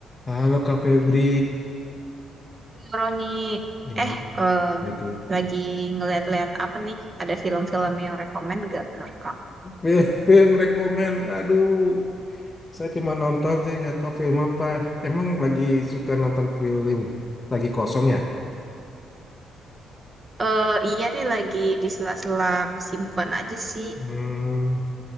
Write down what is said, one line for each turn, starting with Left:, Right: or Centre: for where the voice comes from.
Left: Halo Kak Febri,
Right: Roni,
Left: gimana
Right: eh eh,
Left: gitu?
Right: lagi ngeliat-liat apa nih? Ada film-film yang rekomen gak menurut kamu?
Left: Fe- Film rekomend, aduh, saya cuma nonton sih nggak tahu film apa. Emang lagi suka nonton film, lagi kosong ya?
Right: Eh iya nih lagi di sela-sela kesibukan aja sih.
Left: Hmm,